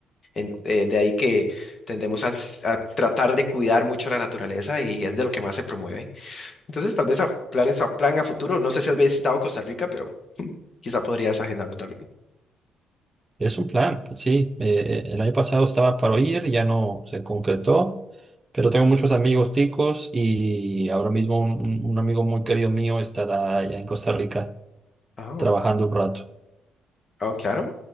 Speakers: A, on the left (about 40°); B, on the right (about 25°).
A: En- eh, de ahí que tendemos a, s- a tratar de cuidar mucho la naturaleza y es de lo que más se promueve. Entonces, tal vez a planes a plan a futuro. No sé si has visitado Costa Rica, pero quizá podrías agendarlo también.
B: Es un plan, pues sí. eh, eh, el año pasado estaba para ir, ya no se concretó, pero tengo muchos amigos ticos y ahora mismo un, un- un amigo muy querido mío estará allá en Costa Rica
A: Ah,
B: trabajando un rato.
A: ah, claro.